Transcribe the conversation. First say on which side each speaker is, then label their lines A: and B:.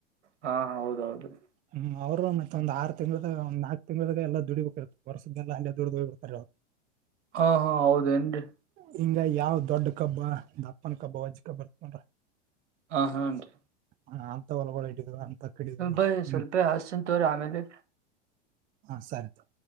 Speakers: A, on the right; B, on the right.
A: ಹಾ ಹೌದ ಹೌದ <unintelligible>
B: ಹ್ಮ್ ಅವ್ರು ಮತ್ತೆ ಒಂದ ಆರು ತಿಂಗಳಗ ಒಂದು ನಾಕಕ್ ತಿಂಗಳಾಗ ಎಲ್ಲ ದುಡಿಬೇಕಿ ಇತ್ತೆ ಹೊರ್ಸದ್ದೆಲ್ಲ ಅಲ್ಲ ದುಡ್ದ ಹೋಗಿ ಬಿಡ್ತಾರೆ ಅವ್ರು
A: ಹಾ ಹಾ ಹೌದೇನ್ರಿ
B: ಹಿಂಗ ಯಾವ್ ದೊಡ್ ಕಬ್ಬ ದಪ್ಪನ ಕಬ್ಬ ವಜ್ಜ ಕಬ್ ಇರ್ತದ್ ನೋಡ್.
A: ಹ ಹಾ ಅನ್ರೀ
B: ಹ ಅಂತ ಹೊಲಬಳ <unintelligible> ಹಡಿದು ಅಂತ ಕಡಿದು
A: ಬೈ ಸ್ವಲ್ಪೇ
B: ಹ್ಮ್
A: ಹಚ್ಚಿತೀನಿ ತೋರಿ ಆಮೇಲೆ.
B: ಹ ಸರಿ ತಾ